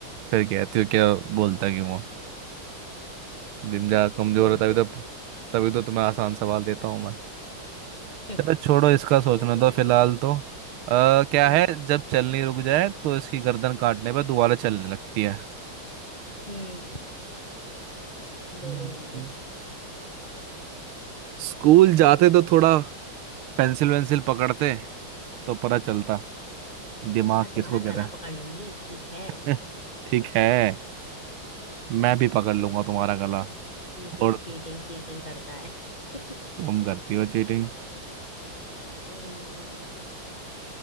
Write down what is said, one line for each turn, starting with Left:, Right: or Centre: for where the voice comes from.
Right: फिर कहती हो क्या बोलता क्यों हो जिंदा कमजोर
Left: बोलते
Right: है तभी तो तभी तो तुम्हें आसान सवाल देता हूँ मैं
Left: है
Right: चलो छोड़ो इसका सोचना
Left: ना तुम
Right: तो
Left: ऐसे-
Right: फिलहाल तो आ, क्या
Left: हम्म
Right: है जब चलने रुक जाए तो इसकी गर्दन काटने पर दोबारा चलने लगती है
Left: हम्म
Right: हम्म।
Left: बोलो जल्दी
Right: स्कूल जाते तो थोड़ा पेंसिल वेंसिल पकड़ते तो पता चलता दिमाग
Left: मैं तुम्हारा
Right: किसको कहते
Left: गला पकड़ लूंगी ठीक है
Right: हैं <laughs> ठीक है मैं भी पकड़ लूंगा तुम्हारा गला
Left: चीटिंग
Right: और
Left: चीटिंग चीटिंग करता है <laughs>
Right: तुम करती हो चीटिंग
Left: हम्म